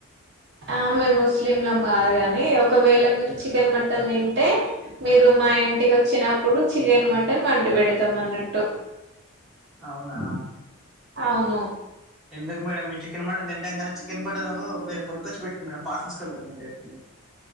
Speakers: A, on the right; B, in the centre.
A: ఆ మేము ముస్లింలు కాదు కాని ఒకవేళ మీరు చికెన్ మటన్ తింటే మీరు మా ఇంటికి వచ్చినప్పుడు చికెన్ మటన్ వండి పెడతాం అన్నట్టు
B: అవునా
A: అవును
B: ఎందుకు మేడం మీరు చికెన్ మటన్ తింటాంగానీ చికెన్ పటన్ మీరు కొనుకొచ్చి పెట్టిండి మేడం పార్సిల్ టేస్కెల్తం మీరు డైరెక్ట్